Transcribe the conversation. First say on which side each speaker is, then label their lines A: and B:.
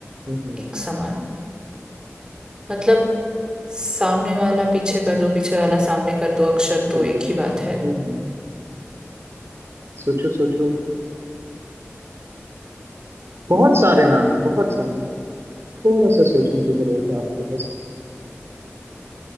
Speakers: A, on the right; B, on the right.
A: हम्म, हम्म,
B: एक समान मतलब सामने वाला पीछे कर दो पीछे वाला सामने कर दो अक्षर तो
A: बिल्कुल
B: एक ही बात है
A: हम्म हम्म, सोचो सोचो बहुत सारे नाम है बहुत सारे थोड़ा सा सोचने की जरूरत है आपको बस